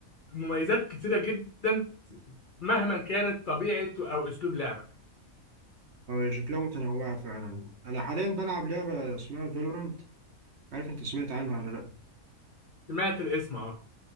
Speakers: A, on the left; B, on the right.
A: مميزات كتيره جدا مهما كانت طبيعه او اسلوب لعبك
B: آه هي شكلها متنوعة فعلا أنا حاليا بلعب لعبة اسمها فالورانت عارف أنت سمعت عنها ولا لأ؟
A: سمعت الاسم اهو